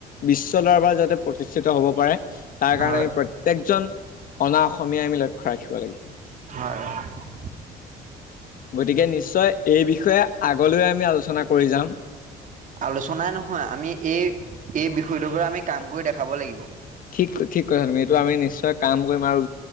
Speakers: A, on the left (about 55°); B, on the right (about 50°).
A: বিশ্বৰ দৰবাৰ যাতে প্ৰতিষ্ঠিত। হ'ব পাৰে তাৰ কাৰণে
B: হয়
A: আমি প্ৰত্যেকজন অনা অসমীয়াই আমি লক্ষ্য ৰাখিব লাগিব।
B: হয়।
A: গতিকে, নিশ্চয় এই বিষয়ে আগলৈ আমি আলোচনা কৰি যাম।
B: আলোচনাই নহয়, আমি এই এই বিষয়টোৰ পৰা আমি কাম কৰি দেখাব লাগিব।
A: ঠিক ঠিক কথা তুমি এইটো আমি নিশ্চয় কাম কৰিম আৰু